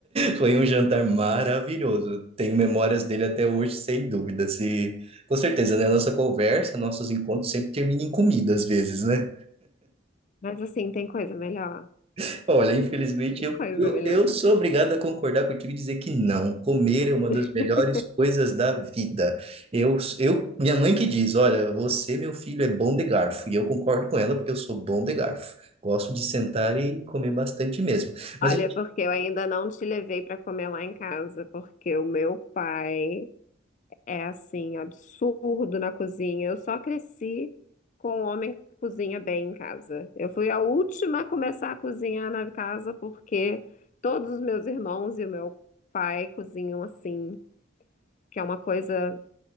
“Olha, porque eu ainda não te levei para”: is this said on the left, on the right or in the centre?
Left